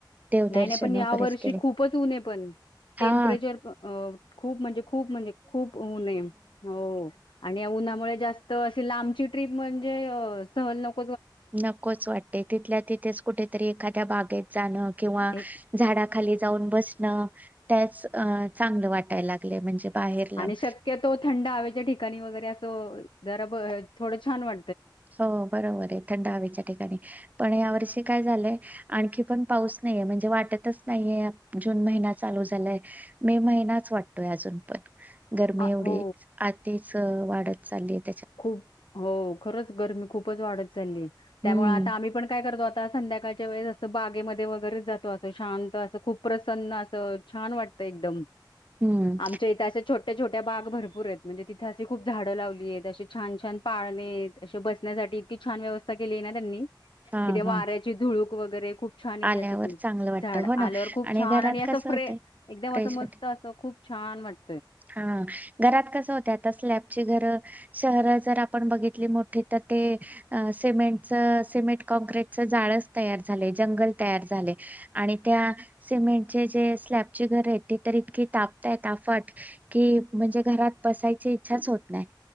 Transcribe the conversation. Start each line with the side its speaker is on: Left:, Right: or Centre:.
Right: देवदर्शन
Left: नाइ नाइ पण या
Right: वगैरेच
Left: वर्षी
Right: केले
Left: खूपच उन हाय पण टेम्परेचर
Right: हा
Left: अं खूप म्हणजे खूप म्हणजे खूप ऊन नेम हो आणि या उन्हामुळे जास्त त अशी लांबची ट्रीप म्हणजे सहल नक
Right: नकोच वाटते तिथल्या तिथेच कुठेतरी एखाद्या बागेत जाणं खे किंवा
Left: एक
Right: झाडा खाली जाऊन बसणं त्याच चांगलं वाटायला लागलंय म्हणजे बाहेर लांब
Left: आणि शक्यतो थंड हवेच्या ठिकाणी वगरे असं जरा ब थोडं छान वा
Right: हो बरोबर हाय थंड हवेच्या ठिकाणी पण यावर्षी काय झालंय आणखी पण पाऊस नाइ याय म्हणजे वाटतच नाइ याय जून महिना चालू झालाय, मे महिनाच वाटतोय अजून पण गरमी
Left: आ
Right: एवढी
Left: हो
Right: आतीच चं वाढत चालित
Left: खूप हो खरंच गरमी खूपच वाढत चालली आहे. त्यामुळे
Right: हम्म
Left: आता आम्ही पण काय करतो? आता संध्याकाळच्या वेळेस असं बागेमध्ये वगैरेच जातो असं शांत असं खूप प्रसन्न असं छान वाटतं एकदम.
Right: हम्म
Left: आमच्या इथे असं छोट छोट्या छोट्या बाग भरपूर आहेत म्हणजे तिथे अशी खूप झाड लावली आहेत अशी छान-छान पाळणे अ बसण्यासाठी इतकी छान व्यवस्था केली आहे ना त्यांनी
Right: हा
Left: किती
Right: हा
Left: वाऱ्याची धुळू कु वगैरे खूप छान येते
Right: आल्यावर
Left: अशी की
Right: चांगलं वाटतं
Left: झाडं
Right: हो ना
Left: आल्यावर खूप छान
Right: घरात
Left: आणि असं
Right: कसं
Left: फ्रे
Right: होतंय
Left: एकदम
Right: फ्रेश
Left: असं मस्त
Right: होते
Left: असं खूप छान वाट
Right: हा घरात कसं होतय आता स्लॅपची घरं शहरा जर आपण बघितली मोठी तर ते अ सिमेंटच सिमेंट काँक्रिटचा जाळचं तयार झाले, जंगल तयार झाले आणि त्या सिमेंटचे जे स्लॅपची घर आहेत ते तर इतकी तापताय ताफट कि म्हणजे घरात बसायची इच्छाच होत नाही